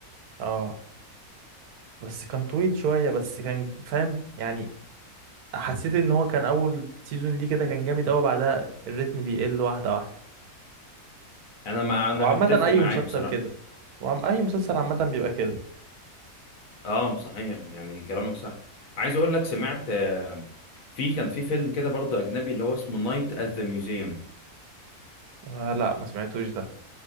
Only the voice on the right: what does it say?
اه بس كان طويل شويه بس كان فاهم يعني حسيت ان هو كان اول سيزون ليه كده كان جامد قوي بعدها الريتم بيقل واحده واحده
وعامه
اي
مسلسل
كده وعم اي مسلسل عامه بيبقى كده
آه لا ما سمعتوش ده